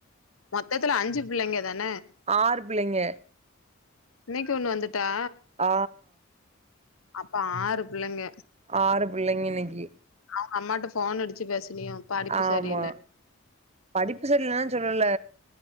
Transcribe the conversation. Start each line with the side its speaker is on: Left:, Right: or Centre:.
Left: மொத்தத்துல அஞ்சு பிள்ளைங்க தான
Right: ஆறு பிள்ளைங்க
Left: இன்னைக்கு ஒண்ணு வந்துட்டா
Right: ஆ
Left: அப்ப ஆறு புள்ளைங்க
Right: ஆறு புள்ளைங்க இன்னைக்கி
Left: அவுங்க அம்மாட்ட ஃபோன் அடிச்சு பேசனியோ படிப்பு
Right: ஆமா
Left: சரி இல்ல
Right: படிப்பு சரியில்லலா சொல்லல